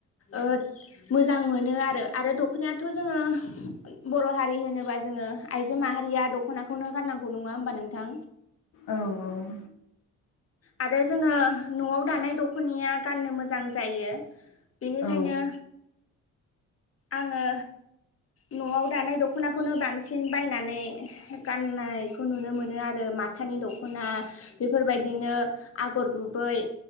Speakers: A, on the left; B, on the left.
A: ओद मोजां मोनो आरो आरो दख'नायाथ' जोङो बर' हारि होनोबा जोङो आइजो माहारिया दख'नाखौनो गाननांगौ नङा होमबा नोंथां।
B: औऔ।
A: आरो जोङो न'आव दानाय दख'नाया गाननो मोजां जायो। बेनिखायनो
B: औ ओ औ
A: आंङो न'आव दानाय दख'नाखौनो बांसिन बायनानै गाननायखौ नुनो मोनो आरो माथानि दख'ना बेफोरबायदिनो आगर गुबै